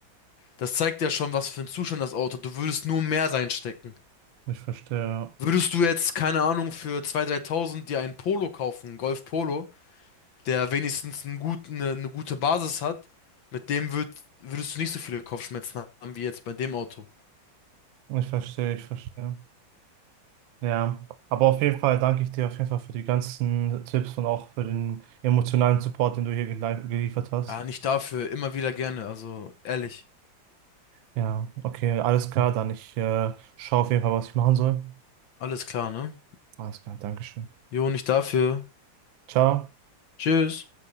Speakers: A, on the left (about 75°); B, on the right (about 80°).
A: das zeigt ja schon, was für einen Zustand das Auto hat. Du würdest nur mehr reinstecken.
B: Ich verstehe.
A: Würdest du jetzt, keine Ahnung, für 2.000, 3.000 dir einen Polo kaufen, einen Golf Polo, der wenigstens einen guten, eine, eine gute Basis hat, mit dem würd, würdest du nicht so viele Kopfschmerzen haben wie jetzt bei dem Auto.
B: Ich verstehe. Ich verstehe. Ja, aber auf jeden Fall danke ich dir auf jeden Fall für die ganzen Tipps und auch für den emotionalen Support, den du hier gelei- geliefert hast.
A: Ah, nicht dafür, immer wieder gerne, also ehrlich.
B: Ja, okay, alles klar, dann ich äh, schaue auf jeden Fall, was ich machen soll.
A: Alles klar, ne?
B: Alles klar, Dankeschön.
A: Jo, nicht dafür.
B: Ciao.
A: Tschüss.